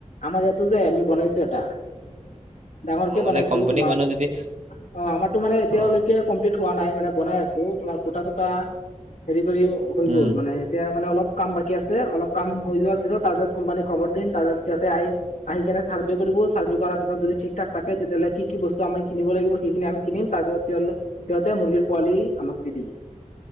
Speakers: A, on the left; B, on the right.
A: আমাৰ ইয়াতো যে আমি বনাইছোঁ এটা। ডাঙৰকে
B: অ' মানে
A: বনাইছোঁ
B: কোম্পানীৰ
A: তোমাৰ,
B: মানুহ যদি
A: অ', আমাৰোটো মানে এতিয়ালৈকে
B: অ'
A: কমপ্লিট হোৱা নাই, মানে বনাই আছোঁ, তোমাৰ খুটা কেইটা হেৰি কৰি হৈ
B: উম
A: গ'ল, মানে এতিয়া মানে অলপ কাম বাকী আছে, অলপ কাম হৈ যোৱাৰ পিছত তাৰপিছত কোম্পানীক খবৰ দিম, তাৰ পিছত সিহঁতে আহি আহি কিনে চাৰ্ভে কৰিব, চাৰ্ভে কৰাৰ পিছত যদি ঠিক ঠাক থাকে, তেতিয়াহ'লে কি কি বস্তু আমি কিনব লাগিব, সেইখিনি আমি কিনিম তাৰ পিছত, সিহঁতে মুৰ্গীৰ পোৱালি আমাক দি দিব।